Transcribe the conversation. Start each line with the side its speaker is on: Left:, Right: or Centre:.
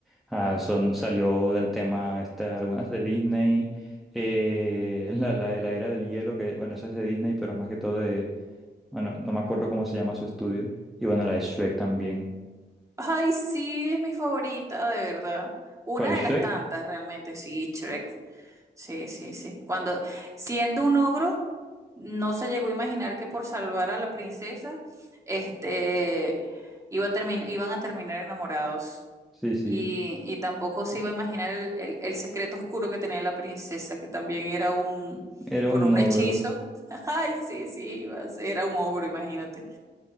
Centre: Ah, son, salió del tema esta- algunas de Disney, eh, <laughs> la, la de la era del hielo, que bueno, esa es de Disney, pero es más que todo bueno, no me acuerdo cómo se llama su estudio. Y bueno, la de Shrek también.
Right: Ay, sí, es mi favorita, de verdad. Una
Centre: ¿Cuál? ¿Shrek?
Right: de las tantas, realmente, sí, Shrek. Sí, sí, sí. Cuando, siendo un ogro, no se llegó a imaginar que por salvar a la princesa, este, iba a termin- iban a terminar enamorados.
Centre: Sí, sí.
Right: Y, y tampoco se iba a imaginar el, el- el secreto oscuro que tenía la princesa, que también era un,
Centre: Era
Right: por
Centre: un
Right: un
Centre: ogro.
Right: hechizo. <laughs> Ay, sí, sí, iba a ser, era un ogro, imagínate.